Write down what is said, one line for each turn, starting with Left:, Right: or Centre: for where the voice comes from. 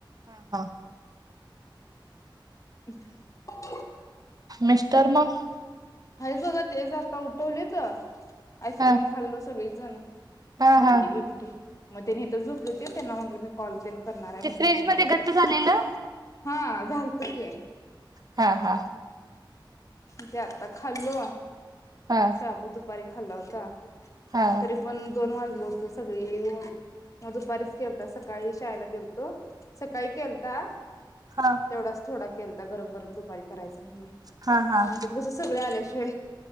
Right: हा हा
Left: <inaudible>
Right: मिस्टर मग
Left: हायेत बघा तेच आता उठवले तर आईस्क्रीम
Right: हा
Left: खाल्लो सगळे जाना
Right: हा
Left: भांडी
Right: हा
Left: घेतली मग त्यानी तर झोपले होते त्यांना म्हटलं मी कॉल करणार आहे
Right: ते
Left: म्हटलं
Right: फ्रिज
Left: तुम्ही
Right: मध्ये घट्ट झालेलं
Left: हा झालत ते
Right: हा हा
Left: ते आत्ता खाल्लो
Right: हा
Left: शाबू दुपारी खाल्ला होता
Right: हा
Left: तरी पण दोन वाजल होत सगळे येऊन मग दुपारीच केलता ता सकाळी शाळेला गेलतो सकाळी केलता तेवढाच
Right: हा
Left: थोडा केलता आता गरम गरम दुपारी करायचं म्हणून
Right: हा हा
Left: आमच्यात कस सगळ आल्या शे